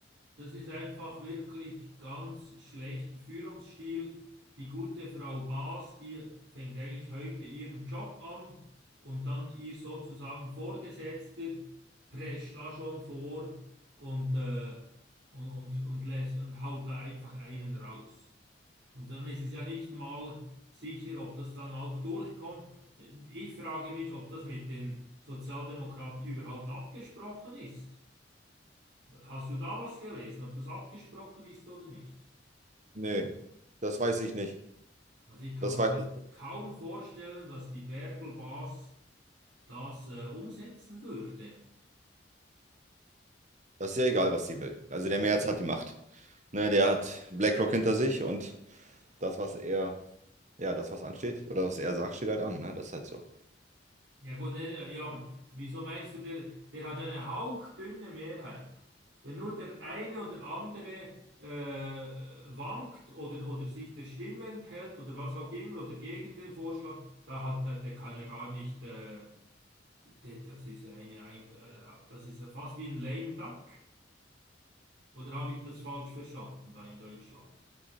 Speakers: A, on the right (about 70°); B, on the right (about 40°).
A: das ist einfach wirklich ganz schlechter Führungsstil. Die gute Frau Baas, die fängt eigentlich heute ihren Job an und dann ihr sozusagen Vorgesetzter prescht da schon vor und, äh, und, und, und, lässt, und haut da einfach einen raus. Und dann ist es ja nicht mal sicher, ob das dann auch durchkommt. Ich frage mich, ob das mit den Sozialdemokraten überhaupt abgesprochen ist. Hast du da was gelesen, ob das abgesprochen ist oder nicht?
B: Nee, das weiß ich nicht.
A: Also ich kann
B: Das
A: mir
B: weiß
A: das
B: ich.
A: kaum vorstellen, dass die Bärbel-Bas das äh, umsetzen würde.
B: Das ist ja egal, was sie will. Also der Merz hat die Macht. Ne, der hat BlackRock hinter sich und das, was er, ja, das, was ansteht oder was er sagt, steht halt an. Ne? Das ist halt so.
A: Ja gut, nee, nee, ja, aber wieso meinst du, der, der hat ja eine hauchdünne Mehrheit. Wenn nur der eine oder andere äh, wankt oder, oder sich der Stimme enthält oder was auch immer oder gegen den Vorschlag, da hat der, der kann ja gar nicht, äh, der, das ist eine, ein- äh, das ist fast wie ein lame duck. Oder habe ich das falsch verstanden da in Deutschland?